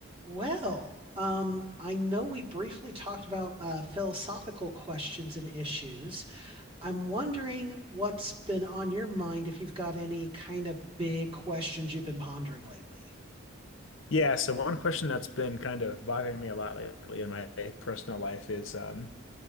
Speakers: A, on the right; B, on the left.
A: Well, um, I know we briefly talked about uh, philosophical questions and issues. I'm wondering what's been on your mind if you've got any kind of big questions you've been pondering lately.
B: Yeah, so one question that's been kind of bothering me a lot lately in my personal life is um